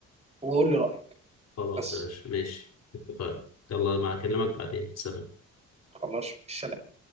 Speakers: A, on the right; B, on the left.
A: وقول لي رايك
B: خلاص
A: بس
B: يا باشا ماشي اتفقنا يلا ما أكلمك بعدين سلام
A: خلاص سلام